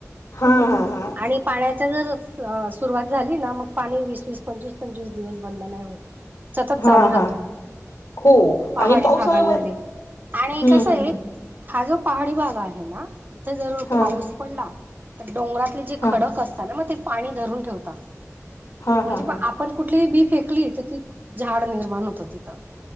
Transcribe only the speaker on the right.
आणि पाण्याच्या जर सुरुवात झाली ना मग पाणी वीस वीस पंचवीस पंचवीस दिवस बंद नाही होत सतत चालू
राहतो
पहाडी
भागांमध्ये आणि
कसं
आहे
हा जो पहाडी भाग आहे ना इथं जर
पाऊस पडला तर डोंगरा ती जी
खडक असतात ती पाणी धरून ठेवतात
म्हणजे
मग
आप आपण कुठलीही बी फेकली तर ती झाड निर्माण होतं तिथं